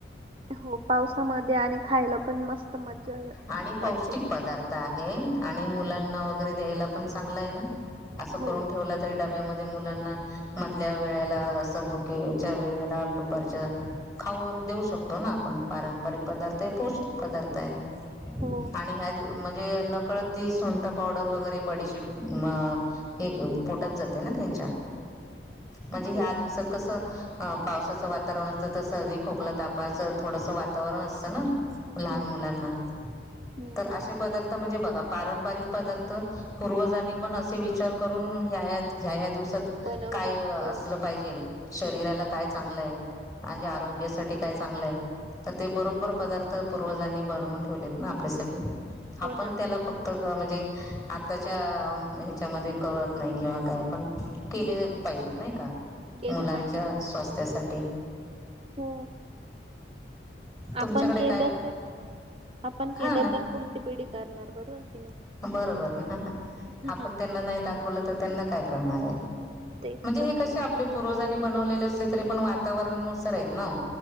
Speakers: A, on the right (about 30°); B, on the left (about 20°).
A: हो पावसामध्ये आणि खायला पण मस्त मजा
B: आणि पौष्टिक
A: वाटते
B: पदार्थ आहे. आणि मुलांना वगैरे द्यायला पण चांगलं आहे ना. असं
A: हो
B: करून ठेवला तरी डब ब्या मध्ये मुलांना मधल्या वेळेला असं भुकेच्या वेळेला दुपारच्या खा हो देऊ शकतो ना आपण, पारंपरिक पदार्थ आय पौष्टिक पदार् तय
A: हो
B: आणि ह्या द म हे नकळत ती सुंठ पावडर वगैरे बडीशेप म हे घेऊन पोटात जाते ना त्यां
A: <inaudible>
B: म्हणजे ह्या
A: हो
B: दिवसात कसं पा पावसाचं वातावरण असतं, त सहदी खोकलं तापाचं थोडसं वातावरण असतं ना. लहान
A: हम्म
B: मुलांना,
A: हम्म
B: तर असे पदार्थ म्हणजे बघ. पारंपारिक पदार्थ पूर्वजांनी पण असे विचार करून ह्या ह्या द ह्या ह्या दिस् तत
A: बनवलेत
B: काय असलं
A: हो
B: पाहिजेल? शरीराला काय चांगलंय आणिजे आरोग्यासाठी काय चांगलंय तर ते बरोबर पदार्थ पूर्वजांनी बनवून ठेवलेत ना आपल्यासाठी. आपण
A: हो ना
B: त्याला फक्त म्हणजे आताच्या ह्याच्यामध्ये कळत नाही किंवा काय पण केले पाहि जेत नाही का
A: केलं
B: मुलांच्या
A: पाहिजे
B: स्वास्थ्यासाठी.
A: हो
B: तुमच्याकडे
A: आपण केलं
B: काय
A: तर, आपण
B: हा
A: केलं
B: ना
A: तर पुढची पिढी करणार बरोबर. की नाही
B: बरोबर ना,
A: हम्म,
B: आपण त्यांना नाही दाखवलं त त्यांना काय कळणार आय.
A: तेच
B: म्हणजे
A: तर
B: हे कसे आपले पूर्वजानी बनवलेले असले तरी पण वातावरणानुसार हेत ना.